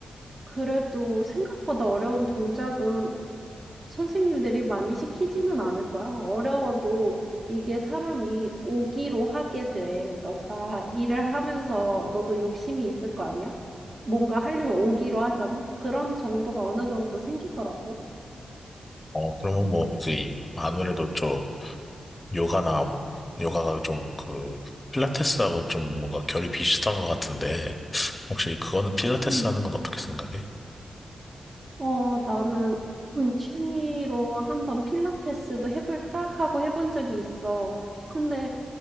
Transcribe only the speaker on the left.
어, 그러면 뭐, 그, 아무래도 좀 요가나, 요가가 좀 그, 필라테스하고 좀 뭔가 결이 비슷한 것 같은데, 혹시 그거는 필라테스
하는 건 어떻게 생각해?